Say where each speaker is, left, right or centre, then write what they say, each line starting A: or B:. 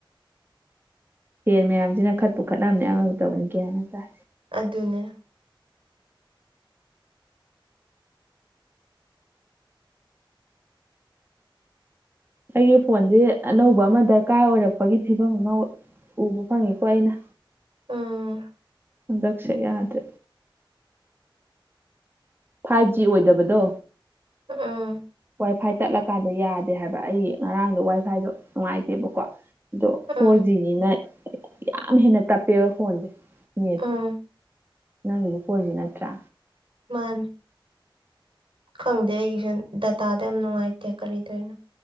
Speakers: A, on the right (about 25°); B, on the right (about 75°).
A: ꯌꯦꯟ ꯃꯌꯥꯝꯖꯤꯅ ꯈꯠꯄꯨ ꯈꯠꯅꯕꯅꯦ ꯑꯃꯕꯨ ꯇꯧꯕꯅꯦ ꯒ꯭ꯌꯥꯟ ꯑꯝ ꯇꯥꯗ꯭ꯔꯦ
B: ꯑꯗꯨꯅꯦ
A: ꯑꯩꯒꯤ ꯐꯣꯟꯖꯦ ꯑꯅꯧꯕ ꯑꯃ ꯗꯔꯀꯥꯔ ꯑꯣꯏꯔꯛꯄꯒꯤ ꯐꯤꯕꯝ ꯑꯃ ꯎꯕ ꯐꯪꯉꯤꯀꯣ ꯑꯩꯅ
B: ꯎꯝ
A: ꯍꯟꯗꯛꯁꯦ ꯌꯥꯗꯦ ꯐꯥꯏꯚ ꯖꯤ ꯑꯣꯏꯗꯕꯗꯣ
B: ꯎꯝ
A: ꯋꯥꯏ ꯐꯥꯏ ꯇꯠꯂ ꯀꯥꯟꯗ ꯌꯥꯗꯦ ꯍꯥꯏꯕ ꯑꯩ ꯉꯔꯥꯡꯗꯣ ꯋꯥꯏꯐꯥꯏꯗꯣ ꯅꯨꯡꯉꯥꯏꯇꯦꯕꯀꯣ ꯑꯗꯣ ꯐꯣꯔ
B: ꯎꯝ
A: ꯖꯤꯅꯤꯅ ꯌꯥꯝ ꯍꯦꯟꯅ ꯇꯞꯄꯦꯕ ꯐꯣꯟꯖꯦ ꯅꯦꯠ
B: ꯎꯝ
A: ꯅꯪ ꯐꯣꯔꯖꯤ ꯅꯠꯇ꯭ꯔꯥ
B: ꯃꯥꯅꯦ ꯈꯪꯗꯦ ꯑꯩꯒꯤꯁꯨ ꯗꯇꯥꯗ ꯌꯥꯝ ꯅꯨꯡꯉꯥꯏꯇꯦ ꯀꯔꯤꯇꯧꯋꯤꯅꯣ